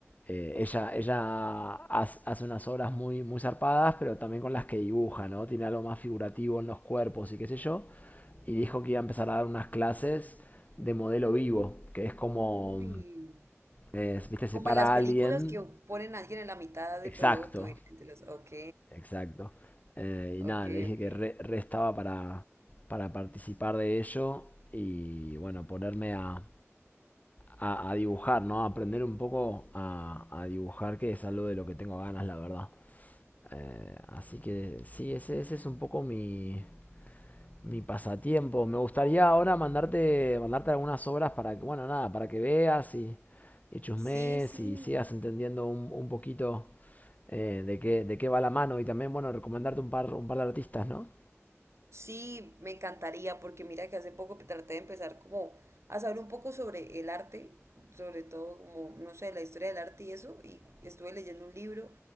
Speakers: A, on the left; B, on the right.
A: eh, ella ella haz- hace unas obras muy, muy zarpadas, pero también con las que dibuja, ¿no? Tiene algo más figurativo en los cuerpos y qué sé yo y dijo que iba a empezar a dar unas clases de modelo vivo, que es como,
B: Uy.
A: eh, viste, se
B: Como
A: para
B: en las películas
A: a alguien.
B: que ponen a alguien en la mitad de
A: Exacto,
B: peloto y la gente los... Ok,
A: exacto. Eh, y
B: ok,
A: nada, le dije
B: ok.
A: que re, re estaba para, para participar de ello y bueno, ponerme a, a, a dibujar, ¿no? Aprender un poco a, a dibujar, que es algo de lo que tengo ganas, la verdad. Eh, así que sí, ese, ese es un poco mi, Mi pasatiempo. Me gustaría ahora mandarte, mandarte algunas obras para que, bueno, nada, para que veas y, y chusmees
B: Sí, sí.
A: y sigas entendiendo un, un poquito eh, de qué, de qué va la mano. Y también, bueno, recomendarte un par, un par de artistas, ¿no?
B: Sí, me encantaría, porque mira que hace poco traté de empezar como a saber un poco sobre el arte, sobre todo como, no sé, la historia del arte y eso, y estuve leyendo un libro